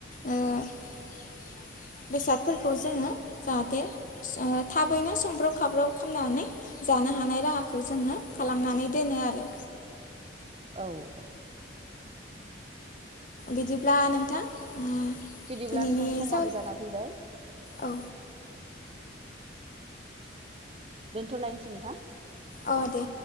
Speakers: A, on the left; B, on the right.
A: ओ <unintelligible> बेसादफोरखौ जोङो जाहाथे ओ थाबैनो संब्रब खावब्रब फुननानै जा नो हानाय राहाखौ जोङो खालामनानै दोनो आरो।
B: औ औ।
A: बिदिब्ला नोंथां उम।
B: बिदिब्ला
A: दिनैनि
B: नोंथां समाबो
A: साव
B: जाना फैबाय।
A: औ।
B: दोनथ'लायनोसै नोंथां।
A: अ दे।